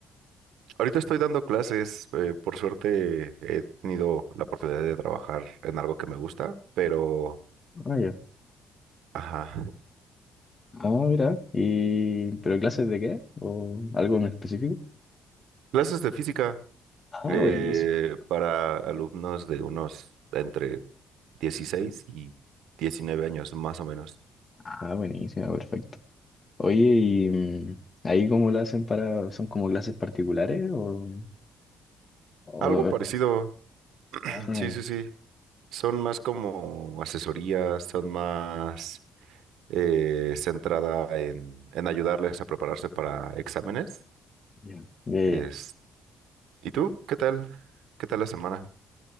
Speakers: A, on the right; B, on the left.
A: Ahorita estoy dando clases. eh, por suerte, he tenido la oportunidad de trabajar en algo que me gusta, pero,
B: Ah, ya.
A: ajá.
B: Ah, mira. ¿Y pero clases de qué? ¿O algo en específico?
A: Clases de física
B: Ah,
A: eh,
B: buenísimo.
A: para alumnos de unos entre 16 y 19 años, más o menos.
B: Ah, buenísimo, perfecto. Oye, ¿y mm, ahí cómo lo hacen para... ¿Son como clases particulares o...? o-
A: Algo parecido. <clears throat>
B: Ah, ya.
A: Sí, sí, sí. Son más como asesorías, son más eh, centrada en, en ayudarles a prepararse para exámenes.
B: Ya, ya,
A: Es-
B: ya.
A: ¿y tú? ¿Qué tal? ¿Qué tal la semana?